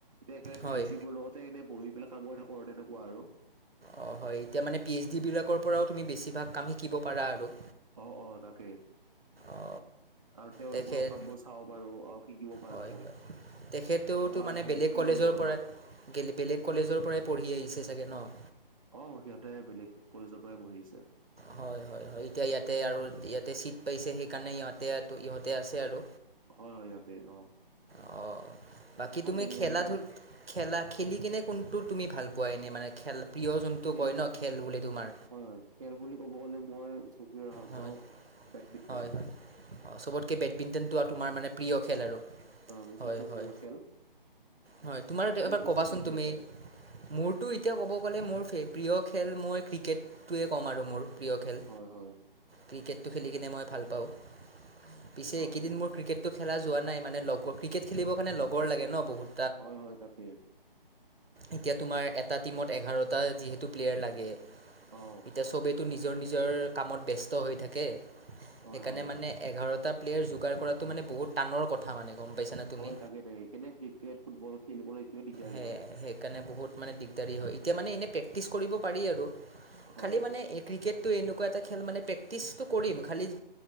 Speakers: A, on the right; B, on the right.
A: এতিয়া
B: হয়
A: পি এইচ ডি বোৰৰ লগতে এনেই বহি পেলাই কাম হৈ থাকো আৰু তেনেকুৱা আৰু
B: অহ, হয় এতিয়া মানে পি এইচ ডি বিলাকৰ পৰাও তুমি বেছিভাগ কাম শিকিব পাৰা আৰু।
A: অহ -অহ তাকেই
B: অ
A: আৰু তেওঁলোকৰ
B: তেখেত
A: কামবোৰ চাব পাৰো শিকিব পাৰো
B: হয় -হয় তেখেতও টো
A: বা
B: মানে
A: হেল্পো
B: বেলেগ কলেজৰ
A: কৰিব পাৰো
B: পৰাই।
A: অলপ
B: বেলে - বেলেগ কলেজৰ পৰাই পঢ়ি আহিছে চাগে ন'?
A: অহ, সিহঁতে বেলেগ কলেজৰ পৰাই পঢ়িছে।
B: হয় -হয় -হয় এতিয়া ইয়াতে আৰু ইয়াতে চিট পাইছে সেইকাৰণে ইহতে -ইহঁতে আছে আৰু।
A: হয় -হয় ইয়াতে অহ।
B: অহ, বাকি তুমি
A: এৰিয়াৰে
B: খেলা ধ খেলা খেলি কিনে কোনটো তুমি ভাল পোৱা এনে মানে খেল প্ৰিয় যোনটো
A: খেল
B: কয় ন'খেল বুলি তোমাৰ?
A: হয় হয় খেল বুলি ক'ব গ'লে মই চকীৰে ভাল
B: হয়
A: পাওঁ বেডমিণ্টন
B: হয় হয় অঁ চবতকৈ বেডমিণ্টনটো আৰু তোমাৰ মানে প্ৰিয় খেল আৰু
A: মোৰ
B: হয়
A: চবতকৈ
B: - হয়।
A: প্ৰিয় খেল
B: হয়, তোমাৰ এবাৰ
A: পিছে
B: কবাচোন
A: কি প্ৰিয়
B: তুমি
A: খেল
B: মোৰতো এতিয়া ক'ব গ'লে মোৰ প্ৰিয় খেল মই ক্ৰিকেটটোৱে ক'ম আৰু মোৰ প্ৰিয় খেল
A: হয়- হয়।
B: ক্ৰিকেটটো খেলি কিনে মই ভাল পাওঁ পিছে
A: হয়
B: এইকেইদিন মোৰ ক্ৰিকেটটো খেলা যোৱা নাই মানে লগৰ ক্ৰিকেট খেলিবৰ কাৰণে লগৰ লাগে ন'বহুত।
A: হয় -হয় তাকে।
B: এতিয়া তোমাৰ এটা টিমত এঘাৰটা যিহেতু প্লেয়াৰ লাগে
A: অ
B: এতিয়া চবেই নিজৰ -নিজৰ কামত ব্যস্ত হৈ থাকে
A: হয়
B: সেইকাৰণে
A: হয়
B: মানে এঘাৰতা প্লেয়াৰ যোগাৰ কৰাটো মানে বহুত টানৰ কথা মানে গ'ম পাইছানে তুমি
A: হয় তাকে- তাকে সেইে ক্ৰিকেট, ফুটবল খেলিবলৈ এইটোৱে দিগদাৰী
B: সে
A: হয়
B: -সেইকাৰণে বহুত মানে দিগদাৰী হয় এতিয়া মানে এনেই প্ৰেক্টিচ কৰিব পাৰি আৰু।
A: হয়
B: খালি মানে ক্ৰিকেটটো এনেকুৱা এটা খেল মানে প্ৰেক্টিচটো কৰিম খালি